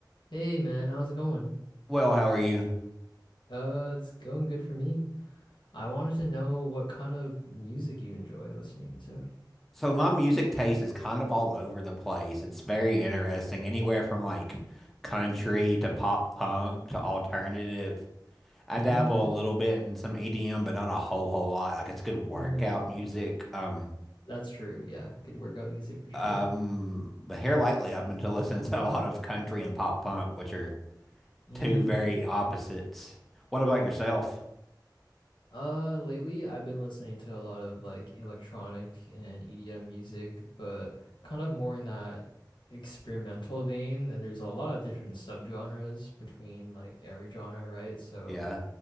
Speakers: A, on the left; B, in the centre.
A: Hey man, how's it going?
B: Well, how are you?
A: Uh, it's going good for me. I wanted to know what kind of music you enjoy listening to.
B: So my music taste is kind of all over the place. It's very interesting, anywhere from like country to pop punk to alternative. I
A: Mm.
B: dabble a little bit in some EDM, but not a whole whole lot. Like it's good workout
A: Mm.
B: music. Um,
A: That's true. Yeah, good workout music for sure.
B: um, but here lately I've been to listening to a lot of country and pop punk, which are
A: Mm.
B: two very opposites. What about yourself?
A: Uh, lately I've been listening to a lot of like electronic and EDM music, but kind of more in that experimental vein. And there's a lot of different subgenres between like every genre, right? So
B: Yeah,